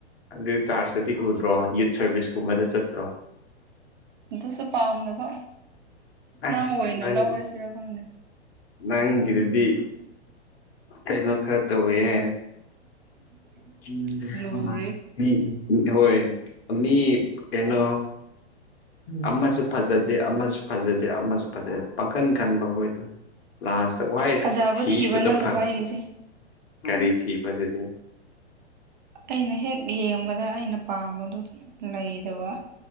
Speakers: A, on the left (about 60°); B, on the right (about 45°).
A: ꯑꯗꯨ ꯆꯥꯔꯖꯇꯗꯤ ꯎꯗ꯭ꯔꯣ ꯌꯨꯠ ꯁꯥꯔꯚꯤꯁꯀꯨꯝꯕꯗ ꯆꯠꯇ꯭ꯔꯣ
B: ꯑꯗꯨꯁꯨ ꯄꯥꯝꯗꯕ
A: ꯑꯁ
B: ꯅꯪ ꯑꯣꯏꯅ
A: ꯅꯪ
B: ꯂꯧꯔꯁꯤꯔ ꯈꯪꯗꯦ
A: ꯅꯪꯒꯤꯗꯨꯗꯤ ꯀꯩꯅꯣ ꯈꯔ ꯇꯧꯋꯦꯍꯦ
B: <unintelligible>
A: <unintelligible>
B: ꯂꯨꯔꯤ
A: ꯃꯤ <unintelligible> ꯃꯤ ꯀꯩꯅꯣ ꯑꯃꯁꯨ ꯐꯖꯗꯦ ꯑꯃꯁꯨ ꯐꯖꯗꯦ ꯑꯃꯁꯨ ꯐꯖꯗꯦ ꯄꯡꯈꯟ ꯈꯟꯕ ꯈꯣꯏꯗꯣ ꯂꯥꯁꯇ ꯋꯥꯏꯗ
B: ꯐꯖꯕ
A: ꯊꯤꯕꯗꯣ
B: ꯊꯤꯕ ꯅꯠꯇꯕ
A: ꯐꯪ
B: ꯑꯩꯒꯤꯁꯦ
A: ꯀꯔꯤ ꯊꯤꯕꯗꯨꯗꯤ
B: ꯑꯩꯅ ꯍꯦꯛ ꯌꯦꯡꯕꯗ ꯑꯩꯅ ꯄꯥꯝꯕꯗꯨ ꯂꯩꯇꯕ